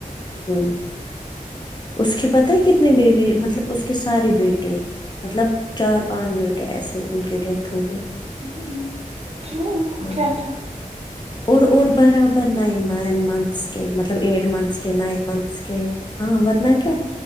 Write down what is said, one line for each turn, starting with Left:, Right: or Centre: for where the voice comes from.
Left: ہ اس کے پتا ہے کتنے بیبی مطلب اس کے سارے بیٹے مطلب چار پانچ بیٹے ایسے ان کی ڈیتھ ہو گئی
Right: ہ کیوں ان کو
Left: ہاں
Right: کیا تھا
Left: اور اور برابر نائن منتھس کے مطلب ایٹ منتھس کے نائن منتھس کے ہاں ورنہ کیا